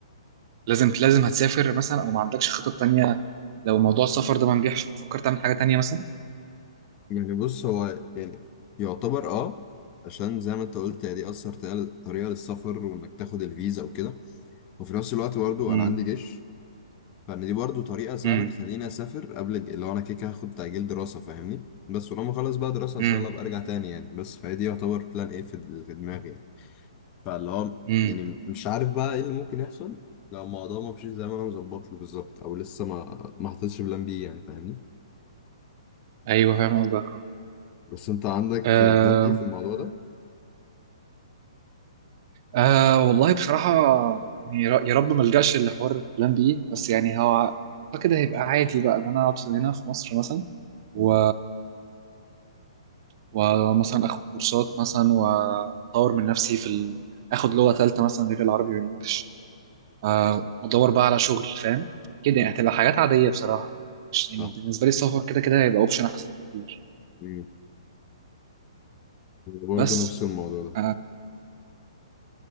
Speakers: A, on the right; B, on the left.
A: لازم لازم هتسافر مثلا او ما عندكش خطط تانية لو موضوع السفر ده ما نجحش بتفكر تعمل حاجة تانية مثلا
B: يعني بص هو يعني يعتبر اه عشان زي ما انت قلت هي دي اثر تقل- طريقة للسفر وانك تاخد الفيزا وكده وفي نفس الوقت برضو
A: امم
B: انا عندي جيش فان دي برضو طريقة سهلة
A: امم
B: تخليني اسافر قبل الج- اللي هو انا كده كده هاخد تأجيل دراسة فاهمني بس ولما اخلص بقى دراسة ان
A: امم
B: شاء الله ابقى ارجع تاني يعني بس فهي دي يعتبر بلان ايه في في دماغي يعني فاللي هو
A: امم
B: يعني مش عارف بقى ايه اللي ممكن يحصل لو الموضوع ما مشيش زي ما انا مظبط له بالظبط او لسه ما ما حطيتش بلان بي يعني فاهمني
A: ايوه فاهم قصدك
B: بس انت عندك
A: آه
B: بلان بي في الموضوع ده
A: آه والله بصراحة يعني يا ر- يا رب ما الجاش لحوار بلان بي بس يعني هو اعتقد هيبقى عادي بقى ان انا اقعد هنا في مصر مثلا و
B: مم.
A: ومثلا اخد كورسات مثلا واطور من نفسي في ال... اخد لغه ثالثه مثلا غير العربي والانجليش آه، وادور بقى على شغل فاهم كده يعني هتبقى حاجات عاديه بصراحه مش يعني
B: صح
A: بالنسبه لي السفر كده كده هيبقى اوبشن احسن بكتير
B: مم. برضه
A: بس
B: نفس الموضوع ده
A: آه،